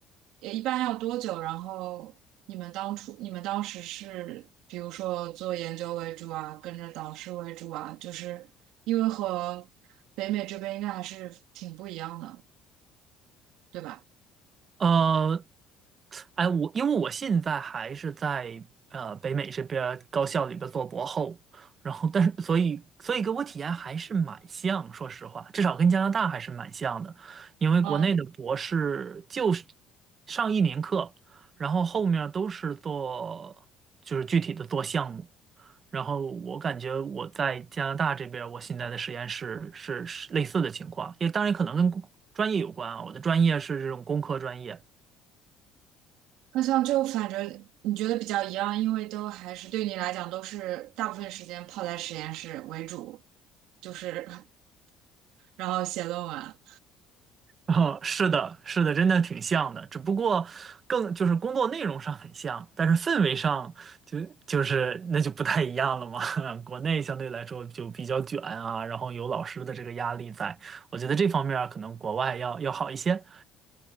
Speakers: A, on the right; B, on the right.
A: 也一般要多久？然后你们当初你们当时是比如说做研究为主啊，跟着导师为主啊，就是因为和北美这边应该还是挺不一样的，对吧？
B: 呃，哎，我因为我现在还是在呃北美这边儿高校里边做博后，然后但是所以所以给我体验还是蛮像，说实话，至少跟加拿大还是蛮像的，因为国内的博士就是
A: 嗯。
B: 上一年课，然后后面儿都是做就是具体的做项目，然后我感觉我在加拿大这边儿我现在的实验室是是类似的情况，也当然可能跟专业有关啊，我的专业是这种工科专业。
A: 那像就反正你觉得比较一样，因为都还是对你来讲都是大部分时间泡在实验室为主，就是 <laughs> 然后写论文。
B: <laughs> 哦，是的，是的，真的挺像的，只不过更就是工作内容上很像，但是氛围上就就是那就不太一样了嘛。<laughs> 国内相对来说就比较卷啊，然后有老师的这个压力在，我觉得这方面儿可能国外要要好一些。